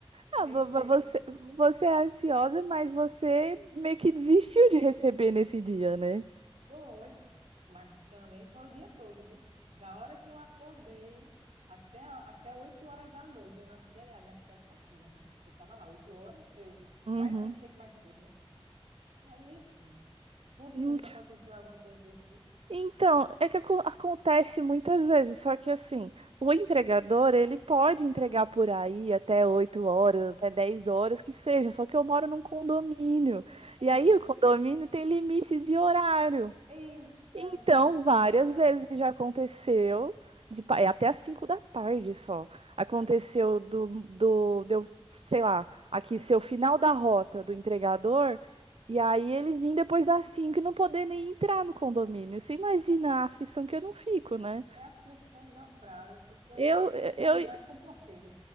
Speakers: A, on the right (about 80°); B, on the right (about 65°).
A: Aí
B: Ah, vo-
A: peguei.
B: vo- você, você é ansiosa, mas você meio que desistiu de receber nesse dia, né?
A: Foi, mas também foi o dia todo, viu? Da hora que eu acordei até, a- até 8 horas da noite, eu na ansiedade, na expectativa, né? Que tava lá, 8 horas, aí eu, vai
B: Uhum.
A: que chegue mais cedo, né? Aí, enfim, contigo
B: Hum,
A: já aconteceu
B: tch-
A: alguma coisa desse tipo?
B: Então, é que acon- acontece muitas vezes, só que assim, o entregador, ele pode entregar por aí até 8 horas, até 10 horas, que seja, só que eu moro num condomínio.
A: Ei,
B: E aí o condomínio tem limite de horário.
A: eita,
B: Então,
A: minha,
B: várias
A: cilada.
B: vezes já aconteceu, de, pa- é até às 5 da tarde só. Aconteceu do, do, deu, sei lá, aqui ser o final da rota do entregador, e aí ele vir depois das 5 e não poder nem entrar no condomínio. Você imagina a aflição que eu não fico, né?
A: É aflição dobrada. A pessoa
B: Eu,
A: tem que ter
B: eu,
A: amizade com o porteiro.